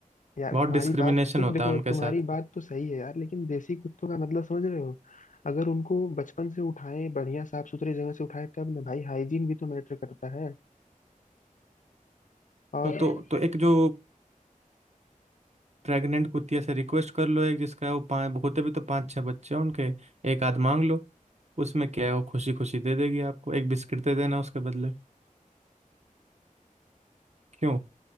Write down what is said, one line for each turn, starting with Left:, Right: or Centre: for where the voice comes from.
Left: यार
Right: बहुत
Left: तुम्हारी
Right: डिस्क्रिमिनेशन
Left: बात तुम
Right: होता
Left: देखो
Right: है उनके
Left: तुम्हारी
Right: साथ
Left: बात तो सही है यार लेकिन देसी कुत्तों का मतलब समझ रहे हो अगर उनको बचपन से उठाए बढ़िया साफ सुथरे जगह से उठाए तब ना भाई हाइजीन भी तो मैटर करता है और
Right: तो तो तो एक जो प्रेग्नेंट कुतिया से रिक्वेस्ट कर लो एक जिसका वो पाँच होते भी तो पाँच छः बच्चे हैं उनके एक आध मांग लो उसमें क्या है वो खुशी खुशी दे देगी आपको एक बिस्किट दे देना उसके बदले क्यों